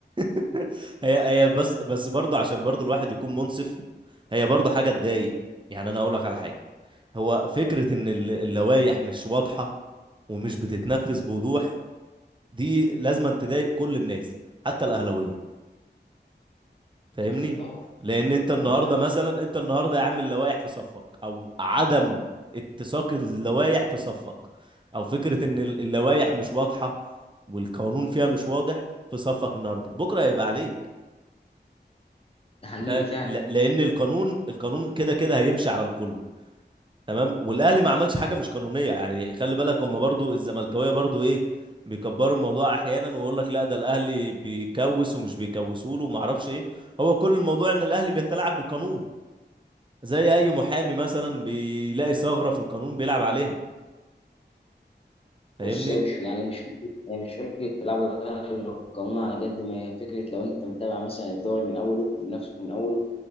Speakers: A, on the right (about 25°); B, on the left (about 30°).
A: <laughs> هي هي بس بس برضه عشان برضه الواحد يكون منصف هي برضه حاجه تضايق يعني انا هقول لك على حاجه هو فكره ان ال- اللوائح مش واضحه ومش بتتنفذ بوضوح دي لازما تضايق كل الناس حتى الاهلاويه فاهمني
B: اكيد طبعا
A: لان انت النهارده
B: انا
A: مثلا انت النهارده يا عم اللوائح في صفك او عدم اتساق اللوائح في صفك او فكره ان ال- اللوائح مش واضحه والقانون فيها مش واضح في صفك النهارده بكره هيبقى عليك
B: ده حقيقي
A: فاهم
B: فعلا
A: ل- لان القانون القانون كده كده هيمشي على الكل تمام والاهلي ما عملش حاجه مش قانونيه يعني خلي بالك هم برضو الزملكاويه برضو ايه بيكبروا الموضوع احيانا ويقول لك لا ده الاهلي بيكوس ومش بيكوسوا له وما اعرفش ايه هو كل الموضوع ان الاهلي بيتلاعب بالقانون زي اي محامي مثلا بيلاقي ثغرة في القانون بيلعب عليها فاهمني
B: بص هي مش يعني مش يعني مش فكره تلعبوا القانون على قد ما هي فكره لو انت متابع مثلا الدوري من اوله وبنفسك من اوله